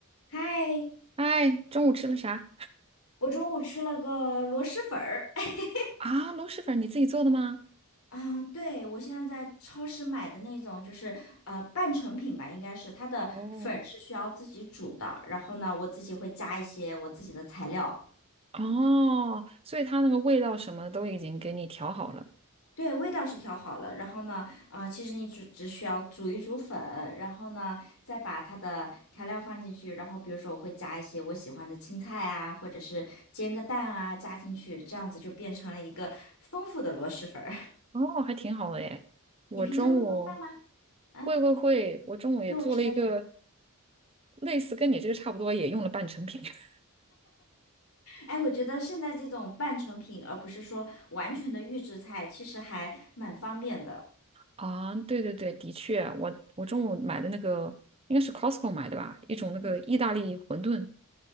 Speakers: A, on the left; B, on the right.
A: 嗨，
B: 哎，中午吃了啥
A: 我中午吃了个螺蛳粉儿。<laughs>
B: 啊？螺蛳粉你自己做的吗？
A: 啊对，我现在在超市买的那种，就是呃半成品吧，应该是它的粉是需要自己煮的，
B: 哦
A: 然后呢，我自己会加一些我自己的材料。
B: 哦，所以它那个味道什么的都已经给你调好了。
A: 对，味道是调好了，然后呢，啊、其实你只只需要煮一煮粉，然后呢，再把它的调料放进去，然后比如说我会加一些我喜欢的青菜啊，或者是煎个蛋啊，加进去，这样子就变成了一个丰富的螺蛳粉儿。<laughs>
B: 哦，还挺好的耶。我中午
A: 你平常会做饭吗？啊，
B: 会会会，我中午也做了一个
A: 肉吃的什么？
B: 类似跟你这个差不多，也用了半成品 <laughs>
A: 哎，我觉得现在这种半成品，而不是说完全的预制菜，其实还蛮方便的。
B: 啊。对对对，的确，我我中午买的那个应该是 Costco 买的吧，一种那个意大利馄饨，
A: 嗯，